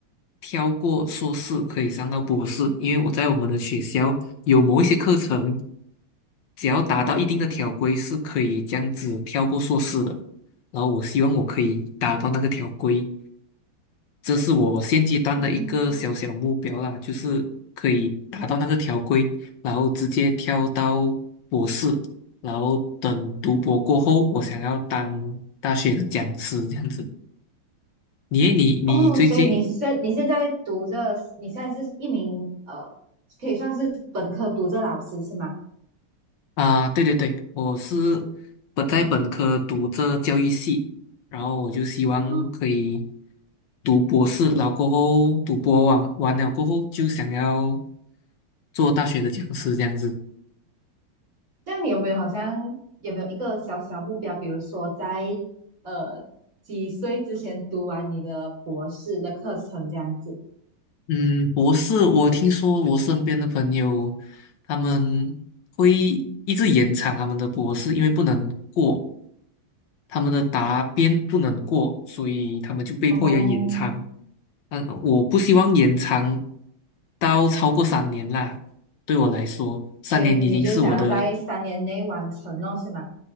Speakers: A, on the left; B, on the right.
A: 跳过硕士，可以上到博士，因为我在我们的学校有某一些课程，只要达到一定的条规，是可以这样子跳过硕士的。然后我希望我可以达到那个条规，这是我现阶段的一个小小目标啦，
B: 嗯
A: 就是可以达到那个条规，然后直接跳到博士，然后等读博过后，我想要当大学的讲师这样子。你诶你你最近
B: 哦，所以你嗯现你现在读着，你现在是一名呃，可以算是本科读着老师是吗？
A: 啊，对对对，我是本在本科读这教育系，
B: 哦
A: 然后我就希望可以
B: 哦，
A: 读博士，然后过后读博完完了过后就想要做大学的讲师这样子。
B: 那你有没有好像有没有一个小小目标，比如说在呃几岁之前读完你的博士的课程这样子？
A: 嗯，博士，我听说我身边的朋友他们会一直延长他们的博士，因为不能过，他们的答辩不能过，所以他们就被迫要延长。
B: 哦，
A: 嗯，我不希望延长到超过三年啦。对我来说，三年已经是我的，
B: 所以你就想要在三年内完成哦，是吗？